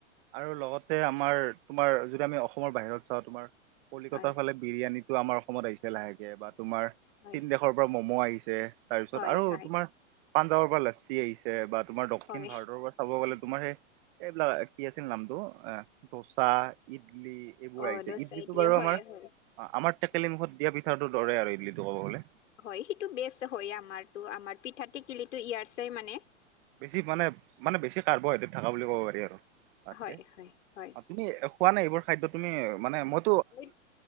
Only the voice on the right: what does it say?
আৰু লগতে আমাৰ তোমাৰ যদি আমি অসমৰ বাহিৰত যাওঁ তোমাৰ কলিকতাৰ
ফালে বিৰিয়ানীটো আমাৰ অসমত আহিছে লাহেকে বা তোমাৰ
চীন দেশৰ পৰা ম'ম' আহিছে তাৰপিছত
আৰু
তোমাৰ পাঞ্জাৱৰ পৰা লচ্ছি আহিছে বা তোমাৰ দক্ষিণ
ভাৰতৰ পৰা চাব গ'লে তোমাৰ সেই এইবিলাক কি আছিল নামটো এ দোচা, ইডলি এইবোৰ
আহিছে
ইডলি টো বাৰু
আমাৰ
আমাৰ টেকেলি মুখত দিয়া পিঠাটো দৰে আৰু ইডলিটো ক'ব গলে
বেছি মানে মানে বেছি কাৰ্বহাইড্ৰেট থকা বুলি ক'ব পাৰি আৰু তাতকে
আপুনি পোৱা নাই এইবোৰ খাদ্য তুমি মানে মই